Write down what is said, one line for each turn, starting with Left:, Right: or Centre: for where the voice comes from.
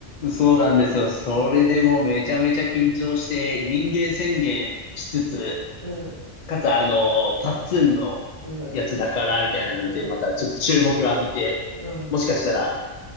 Left: そうなんですよ。
Right: ねえ、
Left: それでもうめちゃめちゃ緊張して、人間宣言しつつ、
Right: うん、うん、
Left: かつ、あの、パッツンの
Right: うん、
Left: やつだから、みたいなんで、
Right: うん、
Left: またちょっと注目を浴びて、
Right: うん。
Left: もしかしたら